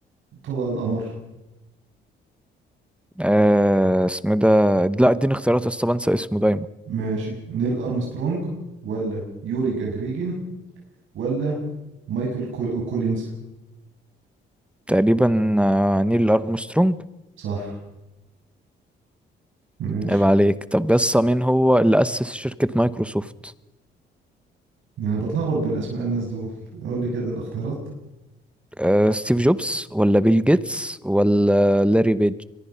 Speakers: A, on the right (about 80°); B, in the centre.
A: طلع القمر
B: آه اسمه ده لا اديني اختيارات يا اسطى بنسى اسمه دايما
A: ماشي نيل أرمسترونج ولا يوري جاجريجين ولا مايكل كول- كولينز
B: تقريبا آه، نيل ارمسترونج
A: صح ماشي
B: عيب عليك طب يس مين هو اللي اسس شركة مايكروسوفت
A: ما بتلخبط بين أسماء الناس دول أقول لي كده الاختيارات
B: آه ستيف جوبز ولا بيل جيتس ولا لاري بيج